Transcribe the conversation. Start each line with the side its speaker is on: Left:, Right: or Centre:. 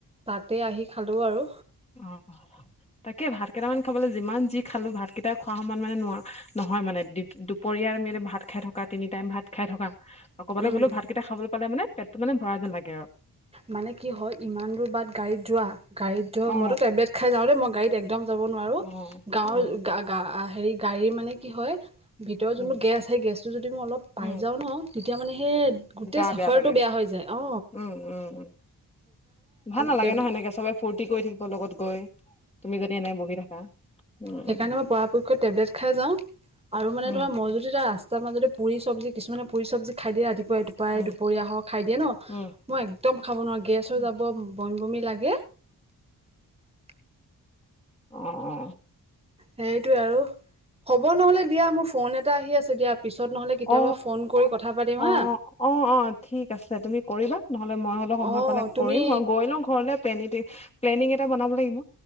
Right: তাতে আহি খালোঁ আৰু।
Left: অ অ তাকে ভাত কেইটামান খাবলৈ যিমান যি খালো ভাত কেইটা খোৱা সমান মানে নোৱাৰোঁ নহয় মানে দুপৰীয়াৰ আমি ভাত খাই থকা তিনি টাইম ভাত খাই থকা। আৰু ক'বালৈ
Right: উম
Left: গ'লেও ভাত কেইটা খাবলৈ পালে মানে পেটটো মানে ভৰা যেন লাগে আৰু।
Right: মানে কি হয় ইমান দূৰ বাট গাড়ীত যোৱা। গাড়ীত ধৰক
Left: অ
Right: মইতো টেবলেট খাই যাওঁ‌ দে, মই গাড়ীত একদম যাব নোৱাৰোঁ
Left: অ
Right: গাঁৱৰ
Left: অ
Right: গা গা - হেৰি গাড়ীৰ মানে কি হয়? ভিতৰৰ
Left: উম
Right: যোনটো গেছ সেই গেছটো যদি মই অলপ পাই
Left: উম
Right: যাওঁ ন, তেতিয়া মানে সেই
Left: উম
Right: গোটেই
Left: গা
Right: চাফাৰটো
Left: লাগে
Right: বেয়া হৈ যায়। অ।
Left: উম উম ভাল নালাগে
Right: টেবলে
Left: ন সেনেকে চবে ফুৰ্ত- ফুৰ্তি কৰি থাকিব লগত গৈ তুমি যদি এনেকে বহি থাকা। উম
Right: সেইকাৰণে মই পৰাপক্ষত টেবলেট খাই যাওঁ। আৰু মানে
Left: উম
Right: ধৰা মই‌ যদি যাওঁ ৰাস্ত- ৰাস্তাৰ মাজতে পুৰি চব্জি কিছুমান পুৰি চব্জি খাই দিয়ে ৰাতিপু- টোপাই টোপাই
Left: উম
Right: দুপৰীয়া হওঁক খাই দিয়ে ন,
Left: উম
Right: মই একদম খাব নোৱাৰো গেছ হ'য়
Left: উম
Right: যাব বমি বমি লাগে। <inaudible>
Left: অ অ।
Right: সেইটোৱে আৰু। হ'ব নহলে দিয়া মোৰ ফোন এটা আহি আছে, দিয়া পিছত নহলে কেতিয়াবা
Left: অ
Right: ফোন কৰি কথা পাতিম
Left: অঁ
Right: হা।
Left: অ অ ঠিক আছে তুমি কৰিবা নহলে মই হ'লেও সময়
Right: অ'
Left: পালে
Right: তুমি
Left: কৰিম গৈ লওঁ ঘৰলে পেনীটী। প্লেনিং এটা বনাব লাগিব।